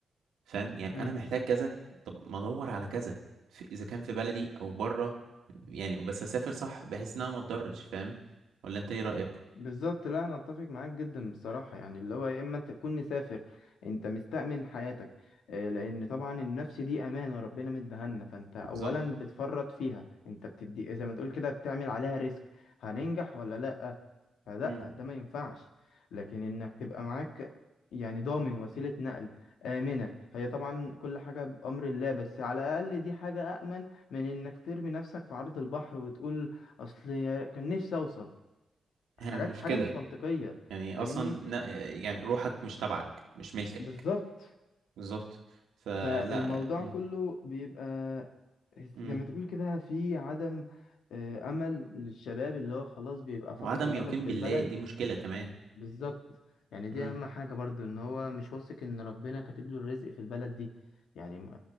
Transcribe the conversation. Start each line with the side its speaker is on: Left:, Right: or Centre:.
Right: فاهم يعني
Left: امم
Right: انا محتاج كذا طب ما ادور على كذا في... اذا كان في بلدي او بره يعني بس اسافر صح بحيث انها ما تضرش فاهم ولا انت ايه رأيك
Left: بالظبط لا أنا أتفق معاك جدا بصراحة يعني اللي هو يا إما أنت تكون مسافر أنت مستأمن حياتك آه، لأن طبعا النفس دي أمانة ربنا مديها لنا فأنت أولا
Right: بالظبط
Left: بتفرط فيها أنت بتدي زي ما تقول كده بتعمل عليها ريسك هننجح ولا لأ فلا
Right: مم.
Left: ده ما ينفعش لكن انك تبقى معاك يعني ضامن وسيلة نقل آمنة هي طبعا كل حاجة بأمر الله بس على الأقل دي حاجة أأمن من إنك ترمي نفسك في عرض البحر وتقول أصل يا- كان نفسي أوصل
Right: <laughs>
Left: حاجات
Right: مش
Left: حاجة
Right: كده
Left: مش منطقية
Right: يعني
Left: فاهمني
Right: اصلا ن- يعني روحك مش تبعك مش ملكك
Left: بالظبط
Right: بالظبط فلا
Left: فالموضوع
Right: مم.
Left: كله بيبقى
Right: مم.
Left: زي ما تقول كده في عدم آه، أمل للشباب اللي هو خلاص بيبقى فقد
Right: وعدم
Left: الأمل
Right: يقين
Left: في
Right: بالله
Left: البلد
Right: دي مشكلة كمان
Left: بالظبط يعني
Right: مم.
Left: دي اهم حاجة برضو ان هو مش واثق ان ربنا كاتب له الرزق في البلد دي يعني م-